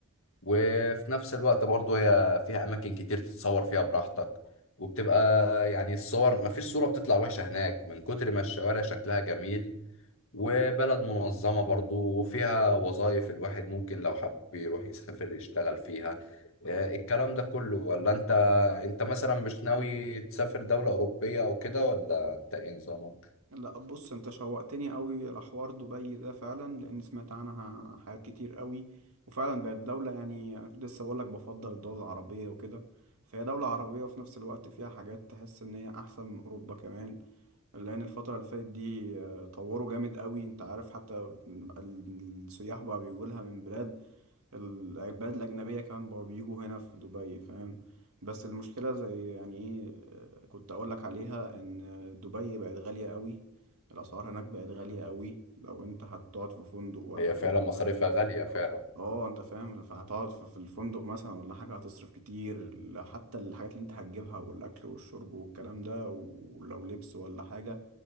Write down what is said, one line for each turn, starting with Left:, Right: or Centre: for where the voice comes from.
Left: وفي نفس الوقت برضه هي فيها اماكن كتير تتصور فيها براحتك وبتبقى يعني الصور مفيش صورة بتطلع وحشة هناك من كتر ما الشوارع شكلها جميل وبلد منظمة برضه وفيها وظائف الواحد ممكن لو حب يروح يسافر يشتغل فيها آه، الكلام ده كله ولا انت انت مثلا مش ناوي تسافر دولة أوروبية او كده ولا انت ايه نظامك؟
Right: لا بص انت شوقتني قوي لحوار دبي ده فعلا لان سمعت عنها حاجات كتير قوي وفعلا بقت دولة يعني انا كنت لسه بقول لك بفضل الدول العربية وكده فهي دولة عربية وفي نفس الوقت فيها حاجات تحس ان هي احسن من اوروبا كمان لان الفترة اللي فاتت دي آه، طوروا جامد قوي انت عارف حتى ال- السياح بقى بيجوا لها من بلاد البلاد الأجنبية كمان بقوا بيجوا هنا في دبي فاهم بس المشكلة زي يعني إيه آه، كنت أقولك عليها إن دبي بقت غالية قوي الأسعار هناك بقت غالية قوي لو أنت هتقعد في فندق ولا
Left: هي
Right: حاجة
Left: فعلا مصاريفها غالية فعلا
Right: اه أنت فاهم فهتقعد في في الفندق مثلا ولا حاجة هتصرف كتير حتى الحاجات اللي أنت هتجيبها والأكل والشرب والكلام ده ولو لبس ولا حاجة